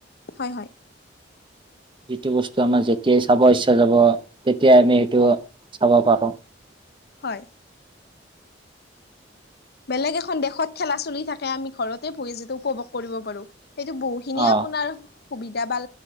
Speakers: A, on the left; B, on the right.
A: হয় হয়
B: যিটো বস্তু আমাৰ যেতিয়াই চাব ইচ্ছা যাব তেতিয়াই আমি সেইটো চাব পাৰো
A: হয় বেলেগ এখন দেশত খেলা চলি থাকে আমি ঘৰতে বহি যিটো উপভোগ কৰিব পাৰো সেইটো বহুত খিনিয়ে
B: অ
A: আপোনাৰ সুবিধা বা